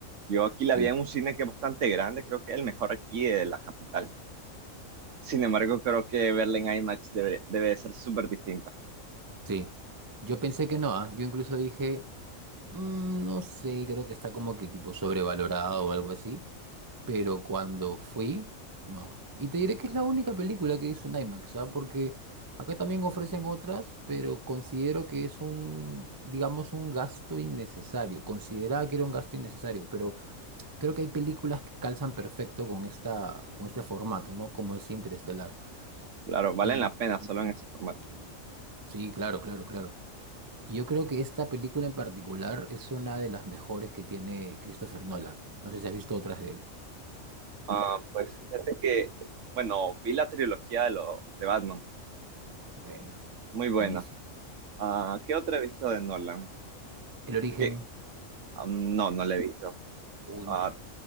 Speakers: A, on the right (about 65°); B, on the right (about 20°).
A: Yo aquí la
B: Sí,
A: vi en un cine que es bastante grande, creo que es el mejor aquí de la capital. Sin embargo, creo que verla en IMAX debe, debe de ser súper distinto.
B: sí. Yo pensé que no, ¿ah? Yo incluso dije, "Mm, no sé, creo que está como que tipo sobrevalorado o algo así. Pero cuando fui, no. Y te diré que es la única película que hizo en IMAX, ¿sabes? Porque acá también ofrecen otras, pero considero que es un, digamos, un gasto innecesario. Consideraba que era un gasto innecesario, pero creo que hay películas que calzan perfecto con esta, con este formato, ¿no? Como es Interestelar.
A: Claro, valen
B: Y,
A: la pena
B: y-
A: solo en ese formato.
B: y- sí, claro, claro, claro. Y yo creo que esta película en particular es una de las mejores que tiene Christopher Nolan. No sé si has visto otras de él.
A: Ah, pues fíjate que, bueno, vi la trilogía de, lo, de Batman,
B: Buena.
A: muy buena.
B: buenísima.
A: Ah, ¿qué otra he visto de Nolan?
B: El origen,
A: ¿Qué? Am, no, no la he visto.
B: uy,
A: Ah,